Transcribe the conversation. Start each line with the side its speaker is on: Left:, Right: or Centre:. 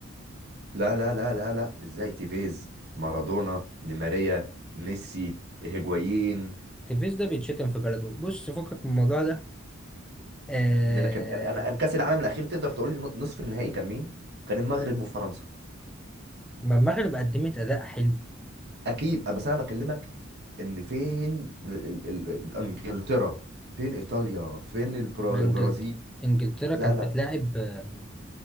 Right: لا لا لا لا لا ازاي تيفيز مارادونا دي ماريا ميسي هيجوايين
Centre: تيفيز ده بيتشتم في بلده بص فكك من الموضوع ده آه...
Right: ده لكن انا أنا كاس العالم الاخير تقدر تقول لي نصف النهائي كان مين كان المغرب وفرنسا
Centre: ما المغرب قدمت اداء حلو
Right: واكيد بس انا بكلمك ان فين ال- ال- ال- انجلترا فين ايطاليا فين البرا-
Centre: ما
Right: البرازيل
Centre: انجلت... انجلترا
Right: لا
Centre: كانت
Right: لا
Centre: بتلاعب آه،